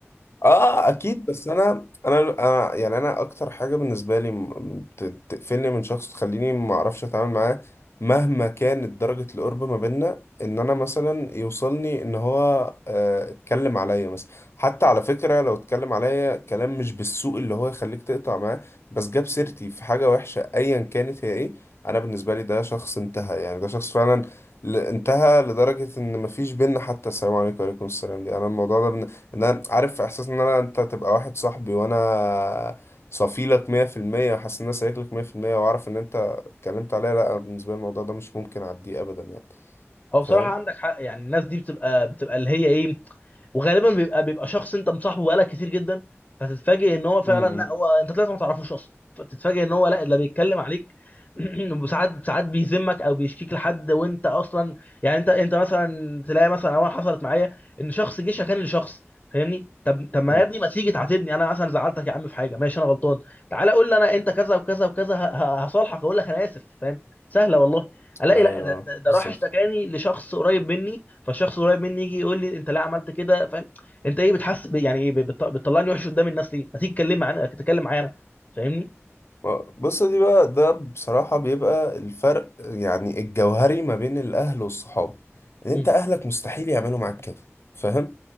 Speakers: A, on the left; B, on the left.
A: اه اكيد بس انا انا انا يعني انا اكتر حاجه بالنسبه لي م- ت- تقفلني من شخص تخليني ما اعرفش اتعامل معاه مهما كانت درجه القرب ما بيننا ان انا مثلا يوصلني ان هو آه، اتكلم عليا مثلا حتى على فكره لو اتكلم عليا كلام مش بالسوء اللي هو يخليك تقطع معاه بس جاب سيرتي في حاجه وحشه ايا كانت هي ايه انا بالنسبه لي ده شخص انتهى يعني ده شخص فعلا ل- انتهى لدرجه ان مفيش بينا حتى السلام عليكم وعليكم السلام دي انا الموضوع ده ان انا عارف احساس ان انا انت تبقى واحد صاحبي وانا صفيلك 100% وحاسس ان انا سايق لك 100% واعرف ان انت اتكلمت عليا لا أنا بالنسبه لي الموضوع ده مش ممكن اعديه ابدا يعني
B: هو
A: فاهم
B: بصراحة عندك حق يعني الناس دي بتبقى بتبقى اللي هي ايه وغالبا بيبقى بيبقى شخص انت مصاحبه بقالك كتير جدا فتتفاجئ ان هو فعلا
A: امم امم
B: لا هو انت طلعت ما تعرفوش اصلا فتتفاجئ ان هو لا ده بيتكلم عليك <clears throat> وساعات ساعات بيذمك او بيشكيك لحد وانت اصلا يعني انت انت مثلا تلاقي مثلا اول حصلت معايا ان شخص جه شكاني لشخص فاهمني طب طب ما
A: إمم.
B: يا ابني ما تيجي تعاتبني انا مثلا زعلتك يا عم في حاجه ماشي انا غلطان تعالى قول لي انا انت كذا وكذا وكذا ه- ه- هصالحك اقول لك انا اسف فاهم سهله والله الاقي
A: ايوه
B: لا ده,
A: آه،
B: ده, ده
A: بالظبط
B: راح اشتكاني لشخص قريب مني فالشخص القريب مني يجي يقول لي انت ليه عملت كده فاهم انت ايه بتحس ب- يعني ايه بت- بتطلعني وحش قدام الناس ليه ما تيجي تتكلم معانا تتكلم معايا انا فاهمني
A: آه، بص دي بقى ده بصراحه بيبقى الفرق يعني الجوهري ما بين الاهل والصحاب ان
B: مم.
A: انت اهلك مستحيل يعملوا معاك كده فاهم